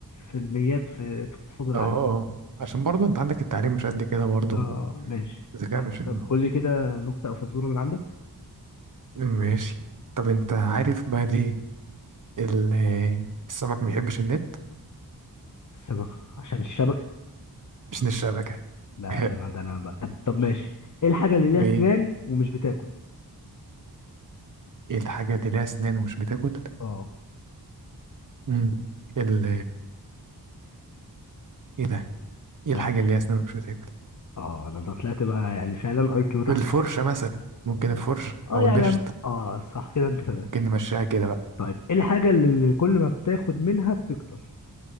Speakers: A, on the left; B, on the right.
A: في الميات في في اقتصاد العالم
B: اه اه عشان برضه انت عندك التعليم مش قد كده برضه
A: اه ماشي
B: الذكاء
A: طب
B: مش حلو.
A: طب قول لي كده نكتة أو فزورة من عندك
B: ماشي طب انت عارف بقى ليه ال- <hesitation> السمك ما بيحبش النت
A: السمكة عشان الشبكة
B: عشان الشبكة
A: لا
B: <laughs>
A: ده أنا ده أنا بقى طب طب ماشي إيه الحاجة اللي ليها
B: ايه
A: أسنان ومش بتاكل
B: ايه الحاجة اللي ليها اسنان ومش بتاكل
A: اه
B: مم. ال ايه ده ايه
A: ده
B: الحاجة
A: أنا
B: اللي ليها اسنان ومش بتاكل
A: اه ده أنا طلعت بقى يعني فعلا أي كيو تحت
B: الفرشة
A: الصفر
B: مثلا ممكن الفرش
A: اه
B: او
A: يعني
B: المشط
A: أنا اه صح كده أنت تمام
B: ممكن نمشيها كده بقى
A: طيب إيه الحاجة اللي اللي كل ما بتاخد منها بتكتر